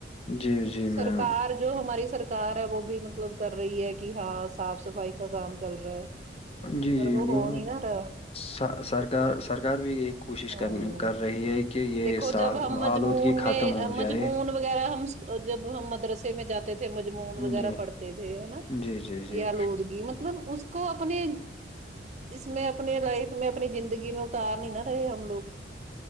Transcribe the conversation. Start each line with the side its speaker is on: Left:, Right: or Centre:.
Left: جی جی
Right: سرکار
Left: میں
Right: جو ہماری سر کار ہے وہ بھی مطلب کر رہی ہے کہ ہاں صاف صفائی کا کام چل رہا ہے
Left: جی
Right: پر
Left: جی وہ
Right: ہو نہیں نا رہا
Left: سا سرکار سرکار بھی یہ کوشش
Right: ہاں
Left: کر کر رہی ہے کہ یہ
Right: دیکھو
Left: سال
Right: جب ہم مجمون
Left: آلودگی
Right: میں
Left: ختم ہو
Right: مجمون
Left: جائے
Right: وغیرہ ہم س جب ہم مدرسے میں جا تے تھے مجمون وغیرہ
Left: جی
Right: پڑھتے تھے نا
Left: جی جی جی
Right: یہ آلودگی مطلب اس اس کو اپنے اس میں اپنے لائف میں اپنی زندگی میں اتار نہیں نہ رہے ہم لوگ